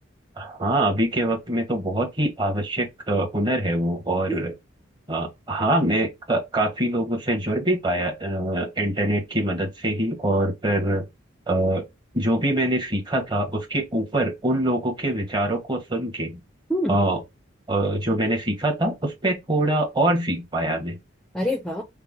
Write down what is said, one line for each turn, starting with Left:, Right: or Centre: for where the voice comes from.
Right: हाँ अभी के वक्त में तो बहुत ही आवश्यक अ, हुनर है वो और
Centre: हम्म
Right: अ, हाँ मैं का, काफी लोगों से जुड़ भी पाया अ, इंटरनेट की मदद से ही और फिर अ, जो भी मैंने सीखा था उसके ऊपर उन लोगों के विचारों को सुन के
Centre: हम्म।
Right: अ, अ, जो मैंने सीखा था उस पे थोड़ा और सीख पाया मैं
Centre: अरे वाह